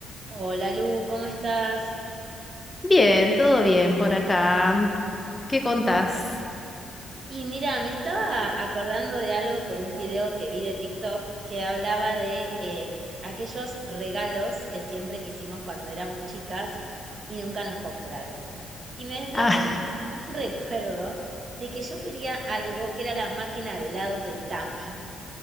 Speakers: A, on the right; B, on the left.
A: Hola Lu, ¿cómo estás?
B: Bien, todo bien por acá. ¿Qué contás?
A: Y mira, me estaba acordando de algo por un video que vi de TikTok que hablaba de eh, aquellos regalos que siempre quisimos cuando éramos chicas y nunca nos compraron. Y me desbloqueó
B: Ah,
A: un <laughs> recuerdo de que yo quería algo que era la máquina de helados de Tami.